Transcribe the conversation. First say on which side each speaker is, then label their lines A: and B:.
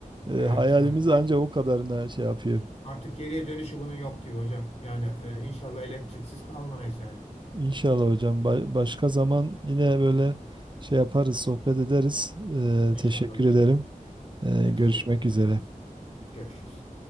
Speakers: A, on the right; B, on the left.
A: e,
B: evet
A: hayalimiz
B: yani artık
A: ancak o kadarına şey yapıyor.
B: artık geriye dönüşü bunun yok gibi hocam. Yani e, inşallah elektriksiz kalmayız yani.
A: İnşallah hocam ba- başka zaman yine böyle şey yaparız sohbet ederiz.
B: İnşallah
A: E, teşekkür
B: hocam.
A: ederim. E,
B: Ben
A: görüşmek
B: teşekkür ederim.
A: üzere.
B: Görüşürüz.